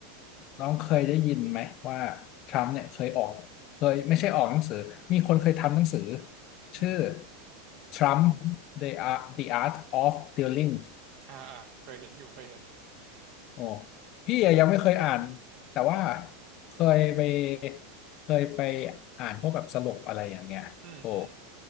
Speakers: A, on the left; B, on the right.
A: น้องเคยได้ยินไหมว่าทรัมป์เนี่ยเคยออกเคยไม่ใช่ออกหนังสือมีคนเคยทำหนังสือ
B: อืม
A: ชื่อ Trump the Art the Art of Dealing
B: อ่าอ่าเคยเห็นอยู่เคยเห็น
A: โอ้พี่อะยังไม่เคยอ่านแต่ว่าเคยไปเคยไปอ่านพวกแบบสรุปอะไรอย่างเงี้ยโอ้
B: อืมอืม